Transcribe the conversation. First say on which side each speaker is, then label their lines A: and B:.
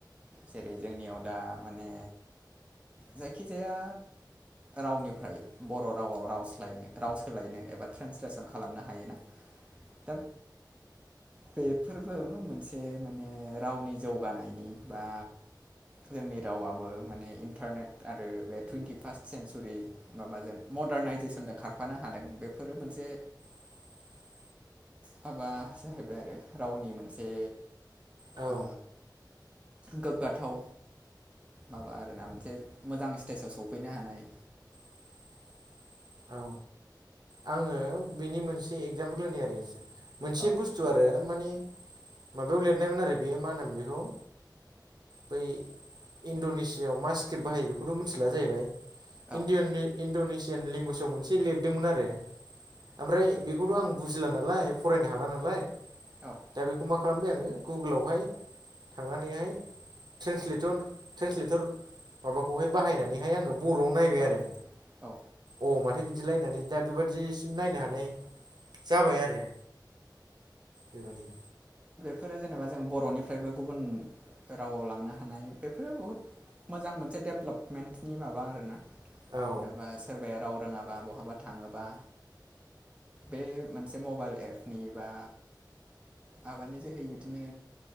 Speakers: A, on the right (about 15°); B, on the right (about 65°).
A: जेरै जोंनियाव दा माने जायखिजाया रावनिफ्राय बर' रावाव राव सोलायनो राव सोलायनो एबा ट्रेन्सलेसन खालामनो हायोना दा बेफोरबो मोनसे माने रावनि जौगानायनि बा जोंनि रावाबो माने इन्टारनेट आरो बे टुइन्टि फार्स्ट सेन्सुरि माबाजों मदारनाइजेसनजों खारफानो हादों बेफोरो मोनसे
B: <inaudible>
A: माबा जाहैबाय आरो रावनि मोनसे
B: औ
A: ओ गोग्गाथाव। माबा आरोना मोनसे मोजां स्टेजाव सफैनो हानाय
B: <inaudible> औ आङो बेनि मोनसे एक्जामपोल होनि आरो एसे मोनसे
A: औ
B: बुस्थु
A: औ
B: आरो मानि माबायाव लिरनायमोन आरो बेयो मा होनोमोन बेखौ बै इणड'नेसियाआव मा स्क्रिप्ट बाहायो बेखौथ' मिथिला जाहैबाय। इनडन
A: औ
B: इनदियाननि इण्ड'नेसियान लेंगुवेजाव मोनसे लिरदोंमोन आरो ओमफ्राय बेखौथ' आं बुजिला नालाय फरायनो हाला नालाय
A: औ
B: दा बेखौ मा खालामबाय आङो गुगोलावहाय थांनानैहाय ट्रेन्सलेटर ट्रेन्सलेटर माबाखौहाय बाहायनानैहाय आङो बर'आव नायबाय
A: औ
B: आरो
A: औ
B: औ माथो बिदिलायनानै दा बेबादिसिम नायनो हानाय जाबाय आरो बेबादि।
A: फोरो जेनेबा जों बर'निफ्रायबो गुबुन रावाव लांनो हानाय बेफोरो बहुत मोजां मोनसे डेभेलपमेन्टनि माबा आरोना
B: औ
A: जेन'बा सोरबाया राव रोङाबा बहाबा थाङोबा बे मोनसे मबाइल एपनि बा माबानि जोहै बिदिनो